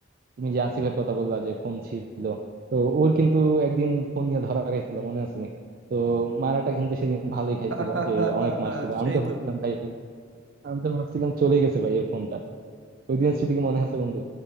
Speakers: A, on the right (about 50°); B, on the right (about 65°).
A: তুমি যে আসিফের কথা বললা যে ফোন ছিল তো ওর কিন্তু একদিন ফোন নিয়ে ধরা খাইছিল মনে আছে নি তো মারাটা কিন্তু সেদিন ভালোই খাইছিল
B: <laughs>
A: যে অনেক মারছিল
B: সেই
A: আমি তো ভাবছিলাম
B: তো
A: ভাই আমি তো ভাবছিলাম চলে গেছে ভাই এর ফোনটা ওই দিনের স্মৃতি কি মনে আছে বন্ধু